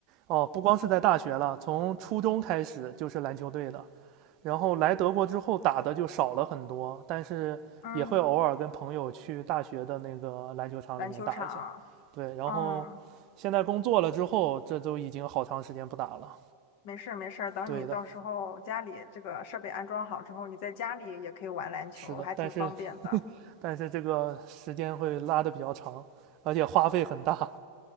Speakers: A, on the right; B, on the left.
A: 哦，不光是在大学了，从初中开始就是篮球队的，然后来德国之后打的就少了很多，但是也会偶尔跟朋友去大学的那个篮球场里面打一下。
B: 嗯，篮球场，
A: 对，然后现在工作了之后，
B: 嗯，
A: 这都已经好长时间不打了。
B: 没事儿没事儿，等你到时候家里这个设备安装好之后，
A: 对的，
B: 你在家里也可以玩篮球，
A: 是的，
B: 还挺方便的。
A: 但是但是这个时间会拉的比较长，而且花费很大。